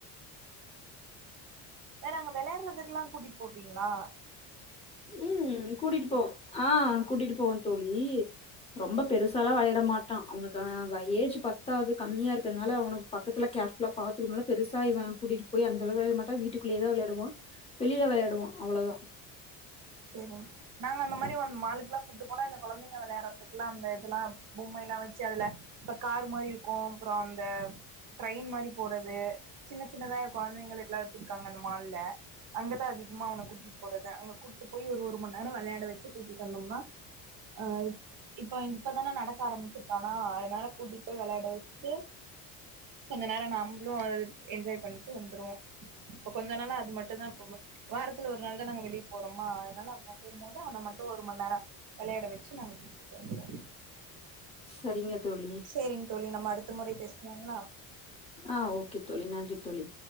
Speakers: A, on the right (about 55°); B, on the left (about 15°).
A: வேற அங்க வெளயாடுறதுக்குல்லா கூடிட்டு போவீங்ளா
B: ம் கூட்டிட்டு போவோ ஆ கூட்டிட்டு போவோ தோழி ரொம்ப பெருசாலா வெளையாட மாட்டா அவுனுக்கு ஏஜு பத்தாது கம்மியா இருக்றனால அவுனுக் பக்கத்துல கேர்ஃபுல்லா பாத்துக்குணுனு பெருசா இவ கூட்டிட் போய் அந்த அளவு வெளயாடா மாட்டா வீட்டுக்குள்ளே தா வெளாடுவா வெளியில வெளாடுவா அவ்ள தா
A: சேரி நாங்க அந்த மாரி ஒன் மாளுக்கெல்லா கூட்டு போனா இந்த கொழந்தைங்க வெளாறதுக்கெல்லா அந்த இதுலா பொம்மைலா வச்சி அதுல இப்ப கார் மாரி இருக்கு அப்றோ அந்த ட்ரெயின் மாரி போறது சின்ன சின்னதா கொழந்தைங்களுக்குலா வச்சிர்க்காங்க அந்த மால்ல அங்கதா அதிகமா அவன கூட்டிட் போறது அங்க கூட்டு போய் ஒரு ஒரு மணி நேர வெளயாட வச்சி கூட்டிட்டு வந்தோம்னா ஆ இப்ப இப்பதானே நடக்க ஆரம்பிச்சிருக்கானா அதனால கூட்டிட் போய் வெளயாட வெச்சுட்டு கொஞ்ச நேர நம்ளு அது என்ஜாய் பண்ட்டு வந்துருவோ இப்ப கொஞ்ச நாளா அது மட்டுதா இப்ப வாரத்துல ஒரு நாளு தா நாங்க வெளிய போறமா அதனால அப்ப போம் போது அவன மட்டு ஒரு மணி நேர வெளையாட வெச்சி நாங்க கூட்டிட்டு வந்துருவோ
B: சரிங்க தோழி
A: சேரிங் தோழி நம்ம அடுத்த முறை பேசுளாங்களா
B: ஆ ஓகே தோழி நன்றி தோழி